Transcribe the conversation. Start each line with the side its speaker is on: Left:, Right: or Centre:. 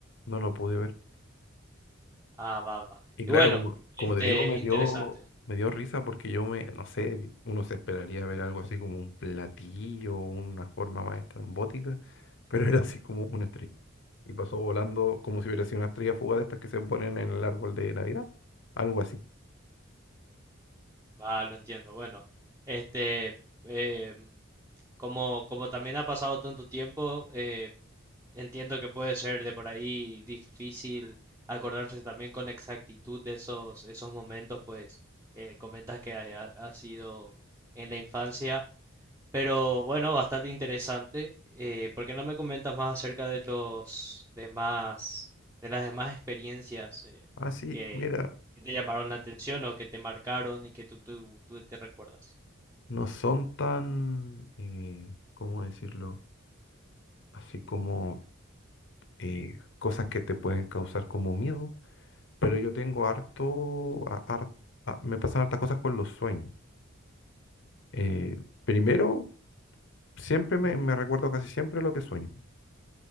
Left: no lo pude ver.
Right: Ah, va, va.
Left: Y
Right: Y
Left: claro,
Right: bueno,
Left: como, como
Right: este,
Left: te digo, me
Right: interesante.
Left: dio, me dio risa porque yo me, no sé, uno se esperaría ver algo así como un platillo, una forma más estrambótica, <laughs> pero era así como una estrella. Y pasó volando como si hubiera sido una estrella fugaz de estas que se ponen en el árbol de Navidad, algo así.
Right: Va, lo entiendo. Bueno, este, eh, como, como también ha pasado tanto tiempo, eh, Entiendo que puede ser de por ahí difícil acordarse también con exactitud de esos, esos momentos, pues eh, comentas que ha, ha sido en la infancia, pero bueno, bastante interesante. Eh, ¿por qué no me comentas más acerca de los demás, de las demás experiencias eh,
Left: Así,
Right: que,
Left: mira,
Right: que te llamaron la atención o que te marcaron y que tú, tú- tú te recuerdas?
Left: no son tan, eh, ¿cómo decirlo? Así como eh, cosas que te pueden causar como miedo, pero yo tengo harto, a- har- a- me pasan hartas cosas con los sueños. Eh, primero, siempre me, me recuerdo casi siempre lo que sueño,